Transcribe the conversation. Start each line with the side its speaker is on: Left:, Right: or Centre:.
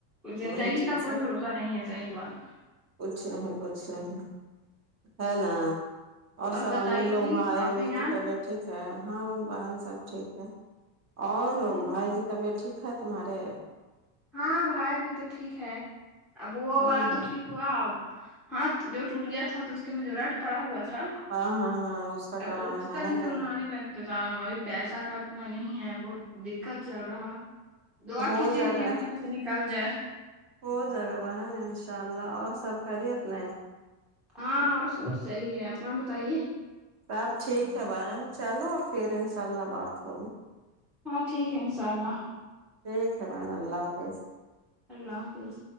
Centre: زندگی
Right: وہی چیز
Centre: کا کوئی
Right: ہے
Centre: بھروسہ نہیں ہے صحیح بات
Right: کچھ نہیں کچھ نہیں ہے نا اور سب
Centre: بتائیے
Right: امی لوگ
Centre: جی
Right: بھائی
Centre: آپ
Right: ہوئے
Centre: ہی جان
Right: کی طبعت ٹھیک ہے ہاں وہ بہن سب ٹھیک ہے اور
Centre: سب ٹھیک
Right: بھائی کی طبیعت ٹھیک ہے تمہاری
Centre: ہاں بھائیوں کی تو ٹھیک ہے اب وہ
Right: ہے
Centre: والا
Right: نا
Centre: تو ٹھیک ہوا ہاتھ جو ٹوٹ گیا تھا تو اس کے میں جو راڈ پڑا ہوا تھا
Right: ہاں ہاں ہاں اس کا
Centre: اب
Right: کرانا
Centre: اسکا
Right: ہے ہے
Centre: نکلوانے
Right: نا
Centre: کا انتظام ابھی پیسہ کا اتنا نہیں ہے بہت دقت چل رہا دعا
Right: ہو
Centre: کیجیے
Right: جائے
Centre: کہ
Right: گا
Centre: اچھے سے نکل جائے
Right: ہو جا ۓ گا بہن انشاء اللہ اور سب خیریت نے
Centre: ہاں اور سب صحیح ہے اپنا بتائیے
Right: سب ٹھیک ہے بہن چلو پھر انشاء اللہ بات ہوگی
Centre: ہاں ٹھیک ہے ان شاء اللہ
Right: ٹھیک ہے بہن اللہ حافظ
Centre: اللہ حافظ